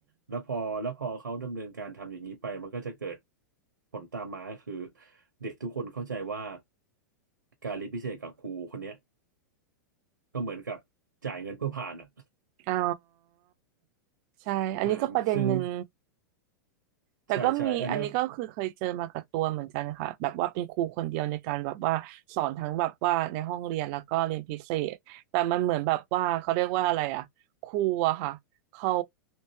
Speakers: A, on the right (about 85°); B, on the right (about 45°).
A: แล้วพอแล้วพอเขาดำเนินการทำอย่างนี้ไปมันก็จะเกิดผลตามมาคือเด็กทุกคนเข้าใจว่าการเรียนพิเศษกับครูคนเนี้ย ก็เหมือนกับจ่ายเงินเพื่อผ่านอ่ะ
B: อ๋อใช่อันนี้ก็ประเด็นหนึ่ง
A: อ่าซึ่ง
B: แต่ก็มีอันนี้ก็คือเคยเจอมากับตัวเหมือนกันค่ะแบบว่าเป็นครูคนเดียวในการแบบว่าสอนทั้งแบบว่าในห้องเรียนแล้วก็เรียนพิเศษแต่มันเหมือนแบบว่าเขาเรียกว่าอะไรอะครูอะค่ะเขา
A: ใช่ใช่อันเนี้ย